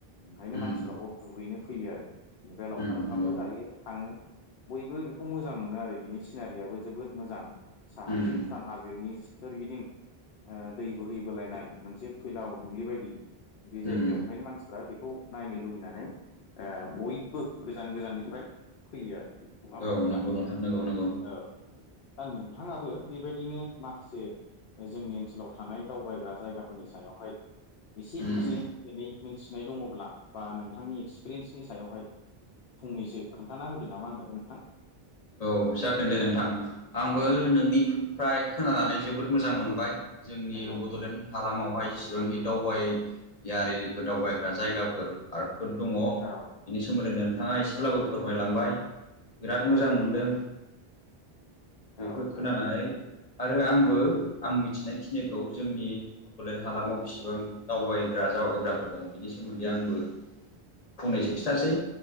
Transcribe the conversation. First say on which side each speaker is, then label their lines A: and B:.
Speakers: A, on the left (about 70°); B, on the left (about 40°).
A: ओंखायनो
B: उम
A: मानसिफ्रा बाव दुगैनो फैयो आरो बेनिफ्राय लावखार
B: उम
A: ओंखामबो
B: नंगौ
A: जायो थांङो बयबो बेखौ मोजां मोनो आरो बिनि सिनारियाबो जोबोद मोजां साहाथिं
B: उम
A: भुटान हाजो बेनि सोरगिदिं ओ दै बोहै बोलायनाय मोनसे फैलाव दुब्लि बायदि बे जायगायाव
B: उम
A: ओंखायनो मानसिफ्रा बेखौ नायनो लुुबैनानै ओ बयबो गोजान गोजाननिफ्राय फैयो आरो नङा होमबा
B: औ
A: नोंथां
B: नंगौ नंगौ नंगौ
A: औ दा नोंथाङाबो बेबायदिनो माखासे जोंनि ओनसोलाव थानाय दावबायग्रा जायगाफोरनि सायावहाय एसे
B: उम
A: एसे एनै मिथिनाय दङब्ला बा नोंथांनि एक्सपिरियेन्सनि सायावहाय फंनैसो खोन्थाना होदो नामा आंनोबो नोंथां
B: औ जागोन दे नोंथां आंबो
A: औ
B: नोंनिफ्राय खोनानानै जोबोद मोजां मोनबाय जोंनि
A: नंगौ
B: बड'लेण्ड
A: नोंथां
B: हालामावहाय जेसेबांखि दावबाय इयार इरिफोर दावबायग्रा जायगाफोर पार्कफोर दङ बिनि
A: औ
B: सोमोन्दै नों नोंथाङा एसेब्लाबो फोरमायलांबाय
A: औ
B: बिराद मोजां मोनदों बेफोर
A: औ नोंथां
B: खोनानानै आरो आंबो आं मिथिनायखिनिखौ जोंनि बड'लेण्ड हालामाव बिसिबां दावबायग्रा जावग्राफोर दङ बिनि सोमोन्दै आंबो फंनैसो खिथासै